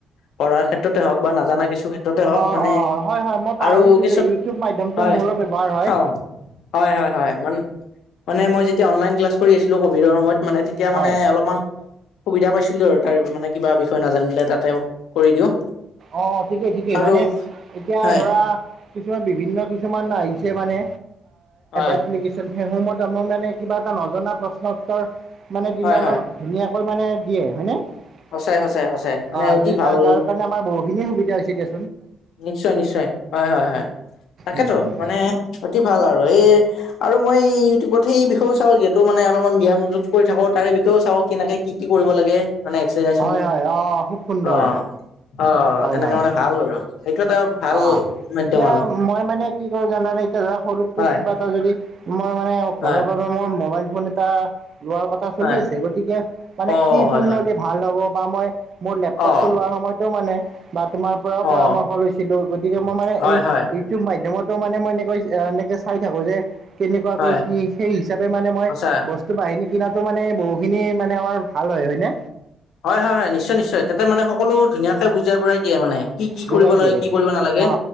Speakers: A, on the left; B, on the right.
A: পঢ়াৰ ক্ষেত্ৰতে হওক নাজানা কিছু ক্ষেত্ৰত। ক্ষেত্ৰত হওঁক
B: অঁ
A: মানে
B: অঁ হয় হয় মই পাহৰিছিলোঁ
A: আৰু কিছু
B: ইউটিউব মাধ্যমটো
A: হয়
B: মোৰো ব্যৱহাৰ হয়
A: খাওঁ। হয় হয় হয় মান মানে মই যেতিয়া অনলাইন ক্লাছ কৰি আছিলোঁ ক'ভিডৰ সময়ত। মানে তেতিয়া
B: হয়
A: মানে অলপমান সুবিধা পাইছো। সুধিছিলোঁ আৰু তাৰ মানে কিবা বিষয় নাজানিলে তাতে কৰি দিওঁ।
B: অ ঠিকেই ঠিকেই
A: আৰু
B: মানে এতিয়া
A: হয়
B: ধৰা কিছুমান বিভিন্ন কিছুমান আহিছে। আহিছে মানে
A: হয়
B: এপ্লিকেশ্যন সেইসমূহত আমাক মানে কিবা এটা নজনা প্ৰশ্ন উওৰ। মানে দিলে
A: হয়
B: আমাক
A: হয়
B: ধুনীয়াকৈ মানে দিয়ে হয় নে। অহ
A: সঁচাই সঁচাই সঁচাই মানে অতি ভাল
B: তাৰ যাৰ কাৰণে আমাৰ বহুতখিনিয়ে সুবিধা হৈছে দিয়া
A: নিশ্চয় নিশ্চয় হয় হয় হয় তাকেতো
B: উম উম
A: মানে অতি ভাল আৰু এই। আৰু মই ইউটিউবত সেই বিষয়েও চাওঁ যিহেতু মানে অলপমান ব্যায়ামযোগ কৰি থাকো তাৰে বিষয়ও চাওঁ কেনেকে কি কি কৰিব লাগে। মানে এক্সাইজ
B: হয়
A: সমূহ
B: হয় অঁ খুব সুন্দৰ
A: অহ অহ
B: হয়
A: তেনেকে
B: হয়
A: মানে ভাল আৰু সেইটো এটা ভাল
B: অ
A: মাধ্যম
B: এতিয়া
A: আৰু
B: মই মানে কি কৰো জানানে এতিয়া ধৰা সৰুতকৈ
A: হয়
B: কিবা এটা যদি মই মানে ঘৰৰ
A: হয়
B: বাবে মোৰ মোবাইল ফোন এটা। লোৱাৰ কথা চলি
A: হয়
B: আছে গতিকে মানে
A: অ
B: কি
A: হয়
B: ফোন
A: হয়
B: ললে ভাল হ'ব বা মই মোৰ লেপটপটো
A: অ
B: লোৱাৰ সময়তো মানে বা তোমাৰ পৰাও
A: অ
B: পৰামৰ্শ লৈছো লৈছিলো গতিকে মই মানে
A: হয়
B: এই
A: হয়
B: ইউটিউব মাধ্যমতো মানে মই এনেকৈ এনেকে চাই থাকো যে কেনেকুৱাকৈ
A: হয়
B: কি সেই হিচাপে মানে মই
A: সঁচা
B: বস্তু বাহিনী কিনাতো মানে বহুখিনি মানে আমাৰ ভাল হয়। হয় নে?
A: হয় হয় হয় নিশ্চয় নিশ্চয় তাতে মানে সকলো ধুনীয়াকে বুজাই পৰাই দিয়ে মানে। কি কি
B: বুজাই
A: কৰিব
B: দিয়ে
A: লাগে কি কৰিব নালাগে
B: অ